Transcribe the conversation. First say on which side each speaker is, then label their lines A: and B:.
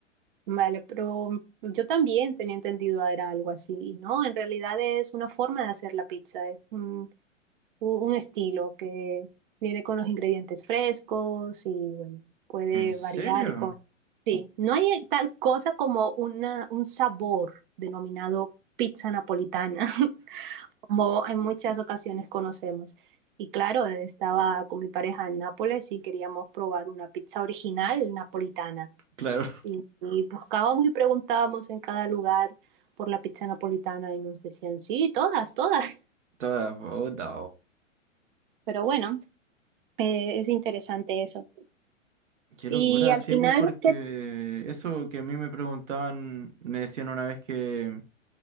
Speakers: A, on the right; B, on the right.
A: Vale, pero yo también tenía entendido era algo así, y no, en realidad es una forma de hacer la pizza, es un, un- un estilo que viene con los ingredientes frescos y bueno, puede
B: ¿En serio?
A: variar con... Sí, no hay tal cosa como una, un sabor denominado pizza napolitana, <laughs> como en muchas ocasiones conocemos. Y claro, estaba con mi pareja en Nápoles y queríamos probar una pizza original napolitana.
B: Claro, <laughs>
A: Y, y buscábamos y preguntábamos en cada lugar por la pizza napolitana y nos decían, sí, todas, todas. <laughs>
B: toda puta.
A: Pero bueno, eh, es interesante eso.
B: Qué
A: Y
B: locura,
A: al
B: sí,
A: final,
B: po, porque
A: ¿qué?
B: eso que a mí me preguntaban, me decían una vez que